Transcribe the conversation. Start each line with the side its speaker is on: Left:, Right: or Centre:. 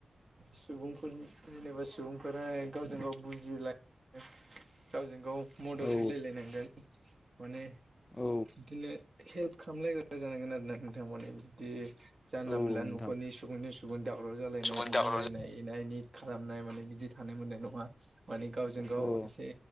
Right: सुबुंफोर जेनेबा सुबुंफोरा गावजों गाव बुजिलायो गावजों गाव
Left: औ
Right: मदद
Left: औ
Right: होलायलायनांगोन माने
Left: औ
Right: बिदिनो हेल्प खालामलायग्रा जानांगोन आरोना नोंथां माने बिदि जानला
Left: औ
Right: मोनला
Left: नोंथां
Right: न'खरनि सुबुंनि सुबुं दावराव जालायनाय
Left: सुबुंनि दावराव
Right: नांलायनाय एना एनि खालामनाय माने बिदि थानो मोननाय नङा माने गावजों गाव
Left: औ
Right: एसे